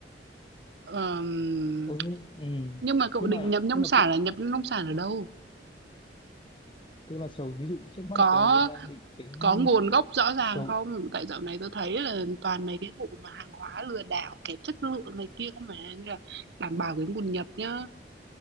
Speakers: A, on the right; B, on the left.
A: Ờm,
B: Ô, nhưng ừ.
A: nhưng mà cậu
B: nhưng
A: định
B: mà
A: nhập nông
B: nhưng mà
A: sản
B: cậu
A: là nhập nông sản ở đâu?
B: tức là sầu ví dụ trước mắt
A: Có
B: là tớ đang định tính
A: có nguồn gốc rõ
B: sầu
A: ràng không? Tại dạo này tớ thấy là toàn mấy cái vụ mà hàng hóa lừa đảo kém chất lượng này kia không mà nên là đảm bảo cái nguồn nhập nhá,